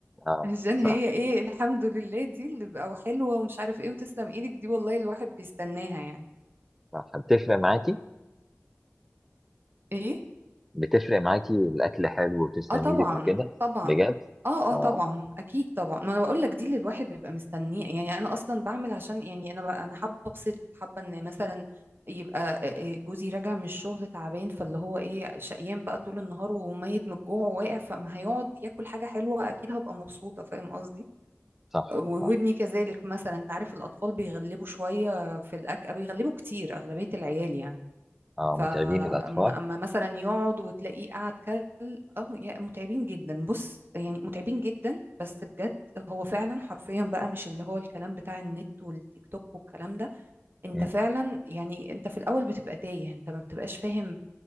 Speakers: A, in the centre; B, on the right (about 50°).
A: اه
B: عشان
A: صح
B: هي ايه الحمد لله دي اللي بقى حلوه ومش عارف ايه وتسلم ايدك دي والله الواحد بيستناها يعني
A: صح بتفرق معاكي
B: ايه
A: بتفرق معاكي الاكل حلو وتسلم
B: اه طبعا
A: ايدك وكده
B: طبعا
A: بجد
B: اه
A: اه
B: اه طبعا اكيد طبعا ما انا بقول لك دي اللي الواحد بيبقى مستنيه يعني انا اصلا بعمل عشان يعني انا بقى انا حابه ابسط حابه ان مثلا يبقى إيه جوزي راجع من الشغل تعبان فاللي هو ايه شقيان بقى طول النهار وميت من الجوع وواقع فما هيقعد ياكل حاجه حلوه اكيد هبقى مبسوطه فاهم قصدي
A: صح
B: و-
A: صح
B: وابني كذلك مثلا انت عارف الاطفال بيغلبوا شويه في الاكل بيغلبوا كتير اغلبيه العيال يعني
A: اه
B: فاما
A: متعبين الاطفال
B: اما مثلا يقعد وتلاقيه قاعد كل اه يا متعبين جدا بص يعني متعبين جدا بس بجد هو فعلا حرفيا بقى مش اللي هو الكلام بتاع النت والتيك توك والكلام ده انت
A: مم،
B: فعلا يعني انت في الاول بتبقى تايه انت ما بتبقاش فاهم